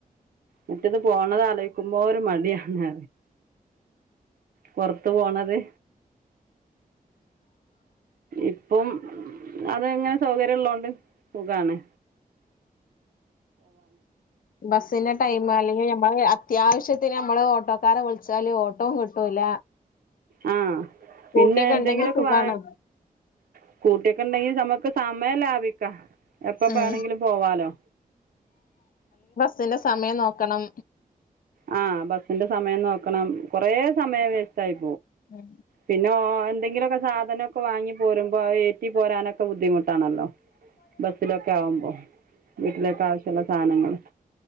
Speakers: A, on the right; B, on the left.
A: മറ്റേത് പോണതലോ ചികുമ്പോ ഒരു മടിയാണ് പൊറ അതെ ഇപ്പം അത് എങ്ങനെ സൗകര്യം ഉള്ളൊണ്ട് സഖാണ്
B: ബസിന്റെ ടൈം അല്ലെങ്കിൽ നമ്മള അത്യാവശ്യത്തിന് നമ്മള് ഓട്ടോക്കാരെ വിളിച്ചാല് ഓട്ടോവും കിട്ടൂല
A: ആ
B: സ്കൂട്ടിയൊക്കെ
A: പിന്നെ എന്തെങ്കിലുമൊക്കെ
B: ഉണ്ടെങ്കി സുഖാണ്
A: വാ സ്കൂട്ടിയൊ ണ്ടെങ്കി നമുക്ക് സമയം ലാഭി ക്കാ എപ്പ
B: ഉം
A: ബാണങ്കിലും പോവാലോ
B: സിന്റെ സമയം നോക്കണം
A: ആ ബസ്സിന്റെ സമയം നോക്കണം കൊറേ സമയം വേസ്റ്റ് ആയി
B: ഉം
A: പിന്നെഓ എന്തെങ്കിലുമൊക്കെ സാധനൊക്കെ വാങ്ങി പോരുമ്പോഅ ഏറ്റി പോരാനൊക്കെുദ്ധിമു ട്ടാണല്ലോ ബസ്സിലൊക്കെ ആവുമ്പോ വീട്ടിലേക്കെ ആവശ്യമുള്ള സാനങ്ങൾ